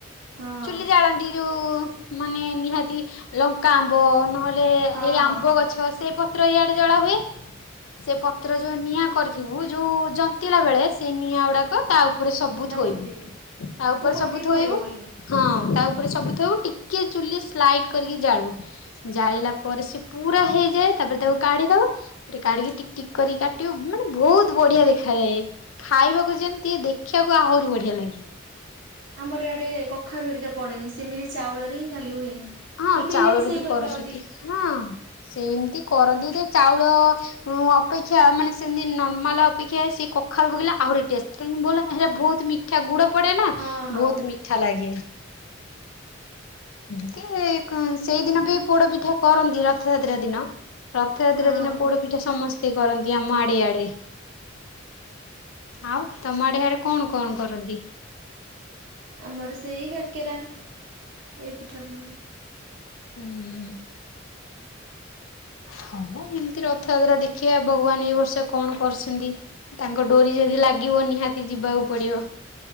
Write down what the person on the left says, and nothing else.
ଚୁଲି ଜାଳନ୍ତି ଯୋଉ ମାନେ ନିହାତି ଲଙ୍କା ଆମ୍ବ ନହେଲେ
ଏଇ
ଆମ୍ବ ଗଛ ସେ ପତ୍ର ଇଆଡେ ଜଳା ହୁଏ ସେ ପତ୍ର ଯୋଉ ନିଆଁ କରିଥିବୁ ଯୋଉ ଜ ଜନ୍ତିଲା ବେଳେ ସେ ନିଆଁ ଗୁଡ଼ାକ ତା ଉପରେ ସବୁ
ଥୋଇବୁ
ତା ଉପରେ
ସବୁ
ଥୋଇବୁ
ହଁ ତା
ଉପରେ ଉପରେ ସବୁ ଥୋଇବୁ ଟିକେ ଚୁଲି ସ୍ଲାଇଡ କରିକି ଜାଳୁ ଜାଳିଲା ପରେ ସେ ପୁରା ହେଇଯାଏ ତାପରେ ତାକୁ କାଢିଦବ କାଢିକି ଟିକ ଟିକ କରିକି କାଟିବୁ ମାନେ ବହୁତ ବଢିଆ ଦେଖାଯାଏ। ଖାଇବାକୁ ଯେମତି ଦେଖିବାକୁ ଆହୁରି ବଢିଆ ଲାଗେ।
ହଁ
ଚାଉଳରେ
ବି
କରୁଛନ୍ତି ହଁ ସେମିତି କରନ୍ତି ଯେ ଚାଉଳ ମୁଁ ଅପେକ୍ଷା ମାନେ ସେମିତି ନର୍ମାଲ ଅପେକ୍ଷା ସେ କଖାରୁ ପକେଇଲେ ଆହୁରି ଟେଷ୍ଟେ ବୋଳା ହେ ବହୁତ ମିଠା। ମିଠା ଗୁଡ ପଡେ ନା
ବହୁତ ମିଠା ଲାଗେ। ଏମିତି ସେଇଦିନ ବି ପୋଡ ପିଠା କରନ୍ତି ରଥଯାତ୍ରା ଦିନ। ରଥଯାତ୍ରା
ଦିନ ପୋଡ ପିଠା ସମସ୍ତେ କରନ୍ତି ଆମ ଆଡେ ଇଆଡେ। ଆଉ ତମଆଡେ ହିଆଡେ କଣ କଣ କରନ୍ତି?
ହୁଁ। ହଁ ଏମିତି ରଥଯାତ୍ରା ଦେଖିବା ଭଗବାନ ଏଇ ବର୍ଷ କଣ କରୁଛନ୍ତି। ତାଙ୍କ ଡୋରି ଯଦି ଲାଗିବ ନିହାତି ଯିବାକୁ ପଡିବ।